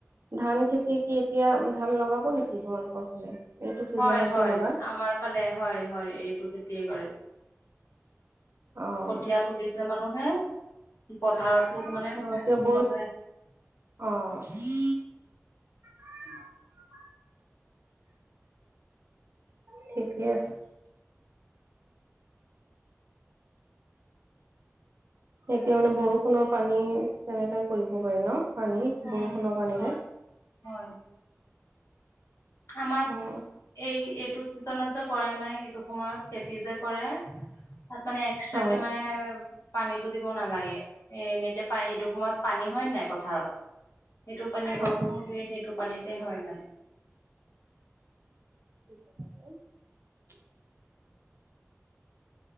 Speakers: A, on the right (about 55°); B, on the left (about 70°).
A: ধান খেতি কি এতিয়া ধান লগাব নেকি তোমালোকৰ ফালে এইটো চিজনত
B: হয়-হয়
A: যে লগাই
B: আমাৰ ফালে হয়-হয় এইটো খেতিয়ে কৰে
A: অ
B: কঠিয়া তুলিছে মানুহে পথাৰত কিছুমানে
A: অ তেওঁ
B: লগাই আছে
A: অঁ উ <unintelligible> ঠিকেই আছে এতিয়া মানে বৰষুণৰ পানী তেনেকাই কৰিব পাৰি ন? পানী
B: উম
A: বৰষুণৰ পানীৰে
B: হয় হয় আমাৰ
A: অ
B: এই এইটো চিজনত যে কৰে মানে এইটো সময়ত খেতি যে কৰে তাত মানে এক্সট্ৰা
A: হয়
B: কে মানে পানীটো দিব নালাগে এ এনেকে পানীটো সময়ত পানী হয় নাই পথাৰত সেইটো পানী
A: হয়
B: বৰষুণ দিয়ে। সেইটো পানীতে হয় মানে
A: <inaudible>